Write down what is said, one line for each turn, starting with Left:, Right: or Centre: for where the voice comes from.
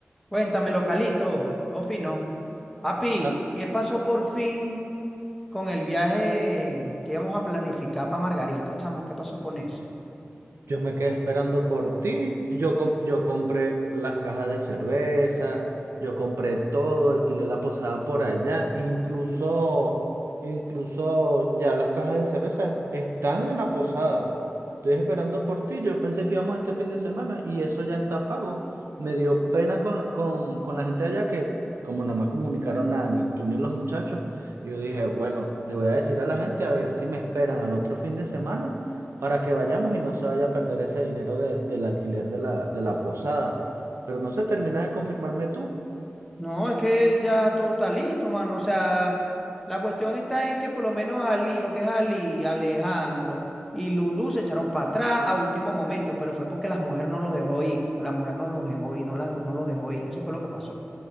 Centre: Cuéntame, localito, todo fino. Papi,
Right: Ah,
Centre: ¿qué pasó por fin con el viaje que íbamos a planificar para Margarita, chamo? ¿Qué pasó con eso?
Right: Yo me quedé esperando por ti. Yo, com- yo compré las cajas de cerveza, yo compré todo, alquilé la posada por allá. Incluso, incluso ya las cajas de cerveza están en la posada. Estoy esperando por ti. Yo pensé que íbamos este fin de semana y eso ya está pago. Me dio pena con, con, con la gente allá que, como no me comunicaron nada, ni tú ni los muchachos, yo dije, bueno, le voy a decir a la gente a ver si me esperan al otro fin de semana para que vayamos y no se vaya a perder ese dinero de- del alquiler de la, de la posada. Pero no se termina de confirmarme tú.
Centre: No, es que ya todo está listo, mano. O sea, la cuestión está en que por lo menos Ali, lo que es Ali, Alejandro y Lulú se echaron para atrás a último momento, pero fue porque las mujeres no los dejó ir. La mujer no los dejó ir, no, las- no los dejó ir. Eso fue lo que pasó.